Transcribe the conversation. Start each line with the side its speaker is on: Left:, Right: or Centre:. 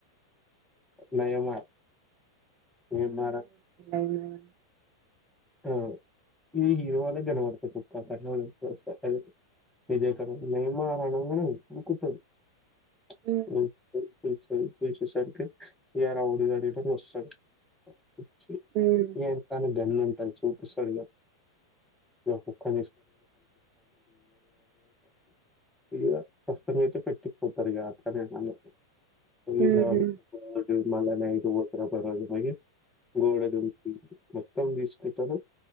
Centre: నయమార్ ఏ మార
Right: అయి
Centre: ఆ ఇది హీరో <unintelligible>
Right: హ్మ్
Centre: <unintelligible> పోశెసరికి <unintelligible>
Right: హ్మ్.
Centre: ఏ తను దన్ చూపిస్తాడుగా ఇ కుక్క <unintelligible>
Right: హుహు
Centre: <unintelligible> <unintelligible> ఇతరు